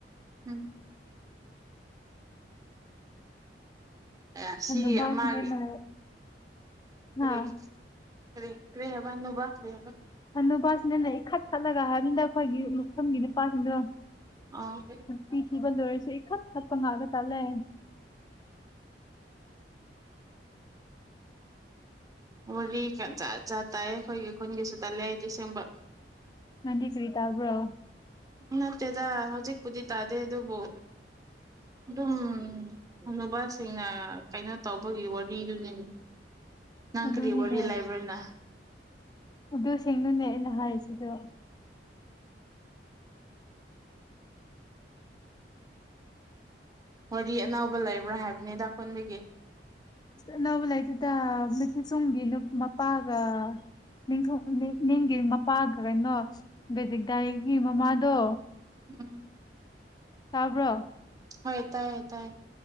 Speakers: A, on the right; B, on the left.
A: ꯎꯝ ꯑꯦ ꯁꯤꯒꯤ
B: ꯍꯅꯨꯕꯥꯁꯤꯡꯅ
A: ꯑꯃꯒꯤ ꯐꯔꯦ
B: ꯍꯥ
A: ꯀꯦ ꯔꯦ ꯍꯥꯏꯕ ꯅꯨꯣꯕ ꯂꯩꯦꯕ
B: ꯍꯟꯅꯨꯄꯥꯁꯤꯅꯅꯦ ꯏꯈꯠ ꯈꯠꯂꯒ ꯍꯥꯏꯕꯅꯤꯅ ꯑꯩꯈꯣꯏꯒꯤ ꯃꯐꯝꯒꯤ ꯅꯨꯄꯥꯁꯤꯡꯗꯣ
A: ꯑꯥ
B: ꯅꯨꯄꯤ ꯊꯤꯕ ꯂꯣꯏꯔꯁꯨ ꯏꯈꯠ ꯄ ꯉꯒ ꯇꯂꯦ
A: ꯋꯥꯔꯤ ꯖꯥꯠ ꯖꯥꯠ ꯇꯥꯏ ꯑꯩꯈꯣꯏꯒꯤ ꯈꯨꯟꯒꯤꯁꯨ ꯇꯥꯂꯦ ꯫ꯑꯩꯗꯤ ꯁꯦꯡꯕ
B: ꯅꯪꯗꯤ ꯀ꯭ꯔꯤꯇꯥꯕ꯭ꯔꯣ
A: ꯅꯠꯇꯦꯗ ꯍꯧꯖꯤꯛꯄꯨꯗꯤ ꯇꯥꯗꯦ ꯑꯗꯨꯕꯨ ꯑꯗꯨꯝ ꯅꯨꯄꯥꯁꯤꯡꯅ ꯀꯩꯅꯣ ꯇꯧꯕꯒꯤ ꯋꯥꯔꯤꯗꯨꯅꯤ ꯅꯪ
B: ꯑꯗꯨꯅꯤꯅꯦ
A: ꯀꯔꯤ ꯋꯥꯔꯤ ꯂꯥꯏꯕ꯭ꯔꯅꯦ
B: ꯑꯗꯨ ꯁꯦꯡꯅꯅꯦ ꯑꯩꯅ ꯍꯥꯏꯔꯤꯁꯤꯗꯣ
A: ꯋꯥꯔꯤ ꯑꯅꯧꯕ ꯂꯩꯕ꯭ꯔꯥ ꯍꯥꯏꯕꯅꯤꯗ ꯄꯨꯕꯒꯤ
B: ꯑꯅꯧꯕ ꯂꯩꯇꯦꯗ ꯃꯊꯤꯠ ꯆꯨꯝꯒꯤꯅꯨꯞ ꯃꯄꯥꯒ ꯅꯤꯡꯊꯣ <unintelligible> ꯃꯄꯥꯒ ꯀꯩꯅꯣ <unintelligible> ꯕꯦꯖꯤꯛꯗꯥꯏꯒꯤ ꯃꯃꯥꯗꯣ
A: ꯎꯝ
B: ꯇꯥꯕ꯭ꯔꯣ
A: ꯍ ꯇꯥꯏ ꯇꯥꯏ